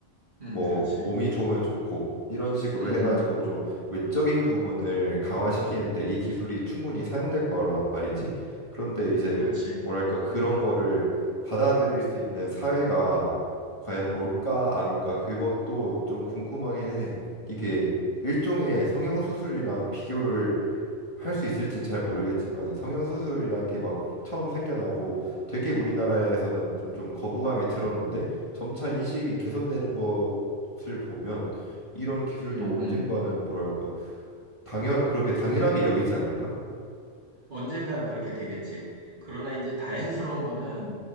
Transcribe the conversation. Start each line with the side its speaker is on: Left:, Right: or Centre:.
Right: 음,
Left: 뭐
Right: 그렇지.
Left: 몸이 좋으면 좋고 이런 식으로
Right: 음, 음,
Left: 해가지고 좀 외적인 부분을 강화시키는데 이 기술이 충분히 사용될 거란 말이지. 그런데 이제
Right: 그렇지.
Left: 뭐랄까 그런 거를 받아들일 수 있는 사회가 과연 올까 안 올까 그것도 좀 궁금하긴 해. 이게 일종의 성형수술이랑 비교를 할 수 있을진 잘 모르겠지만 성형수술이란 게 막 처음 생겨나고 되게 우리나라에서는 좀, 좀 거부감이 들었는데 점차 인식이 개선되는 것을 보면 이런 기술도
Right: 음,
Left: 언젠가는
Right: 음.
Left: 뭐랄까 당연 그렇게 당연하게 여기지 않을까?
Right: 언젠가는 그렇게 되겠지.
Left: 음,
Right: 그러나 이제 다행스러운 거는